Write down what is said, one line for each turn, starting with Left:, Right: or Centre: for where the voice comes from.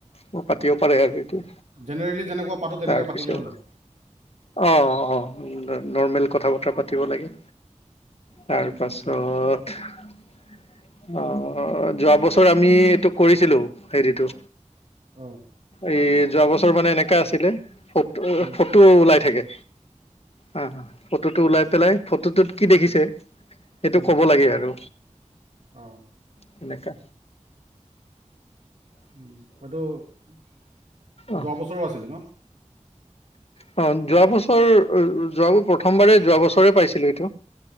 Left: ম পাতিব পাৰে আৰু ত
Right: জেনেৰেলি যেনেকুৱা পাতো তেনেকৈ
Left: তাৰপিছত
Right: পাতিলেই হ'ল আৰু
Left: অ অ অ নৰ্মেল কথা বতৰা পাতিব লাগে তাৰ
Right: উম
Left: পাছত অ যোৱা বছৰ আমি এইটো কৰিছিলো হেৰিটো
Right: উম
Left: এ যোৱা বছৰ মানে এনেকা আছিলে
Right: উম
Left: ফটো ওলাই থাকে অ ফটোটো ওলাই পেলাই ফটোটোত কি দেখিছে সেইটো
Right: উম
Left: কব লাগে আৰু
Right: অ
Left: তেনেকা
Right: উ হয়টো যোৱা
Left: অ
Right: বছৰো আছিলে ন
Left: অ যোৱা বছৰ
Right: উম
Left: যোৱাবোৰ প্ৰথমবাৰে যোৱা বছৰে পাইছিলো এইটো